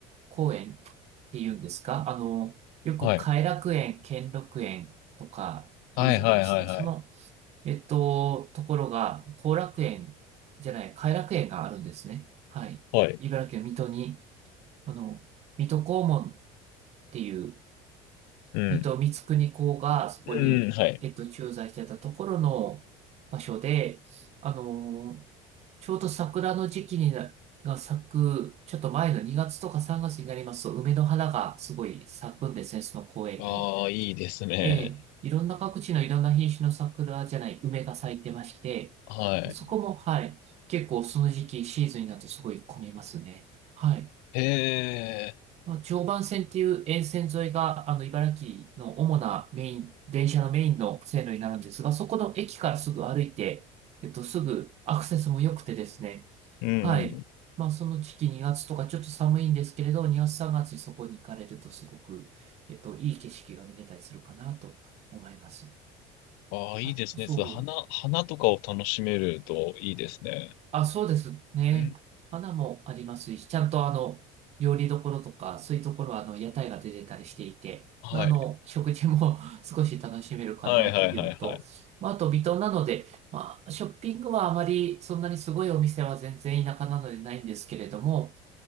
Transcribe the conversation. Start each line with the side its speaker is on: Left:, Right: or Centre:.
Right: 公園っていうんですかあの、よく偕楽園、
Left: はい。
Right: 兼六園とか言うじゃないですか。
Left: はいはいはいはい。
Right: その、えっと、ところが、後楽園じゃない、偕楽園があるんですね。はい。
Left: はい。
Right: 茨城県水戸に、あの、水戸黄門っていう
Left: うん。
Right: 水戸光圀公がそこに、
Left: うん、はい。
Right: えっと、駐在してたところの場所で、あの、ちょうど桜の時期にな、が咲く、ちょっと前の2月とか3月になりますと、梅の花がすごい咲くんですね、その公園に。
Left: ああ、いいですね。
Right: ええ、いろんな各地のいろんな品種の桜じゃない、梅が咲いてまして、
Left: はい。
Right: そこも、はい、結構その時期、シーズンになるとすごい混みますね。はい。
Left: へえ。
Right: まあ、常磐線っていう沿線沿いが、あの、茨城の主なメイン、電車のメインの線路になるんですが、そこの駅からすぐ歩いて、えっと、すぐアクセスも良くてですね。
Left: うんうん。
Right: はい。まあ、その時期2月とかちょっと寒いんですけれど、2月3月にそこに行かれるとすごく、えっと、いい景色が見れたりするかなと思います。
Left: ああ、いいですね。
Right: あ、そう。
Left: そう花、花とかを楽しめるといいですね。
Right: あ、そうですね。
Left: うん。
Right: 花もありますし、ちゃんとあの、料理どころとか、そういうところはあの、屋台が出てたりしていて、
Left: はい。
Right: まあ、あの、食事も <laughs> 少し楽しめるかなというのと、
Left: はいはいはいはい。
Right: まあ、あと微糖なので、まあ、ショッピングはあまりそんなにすごいお店は全然田舎なのでないんですけれども、